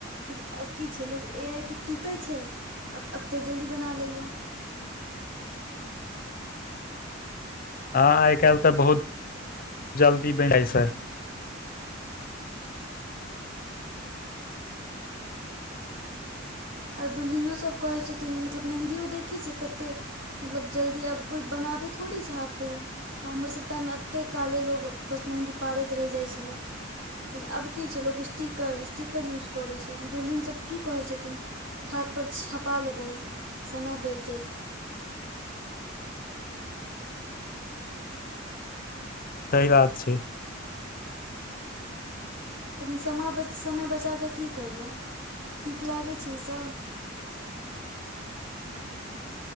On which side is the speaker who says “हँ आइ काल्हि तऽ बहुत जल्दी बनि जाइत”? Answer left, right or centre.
Left